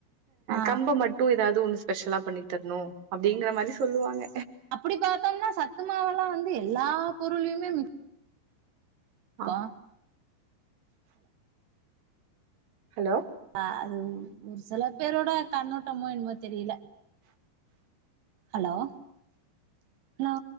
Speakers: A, on the right; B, on the right.
A: ஆ
B: கம்ப மட்டு எதாவுது ஒண்ணு செஞ் ஸ்பெஷலா பண்ணி தரணு அப்டிங்கற மாரி சொல்லுவாங்க
A: அப்டி பாத்தோம்னா சத்து மாவெல்லா வந்து எல்லா பொருளுயுமே மிக்ஸ்
B: ஆ
A: ப்பா
B: ஹலோ
A: அ அது சில பேரோட கண்ணோட்டமோ என்னுமோ தெரியில ஹலோ ஹலோ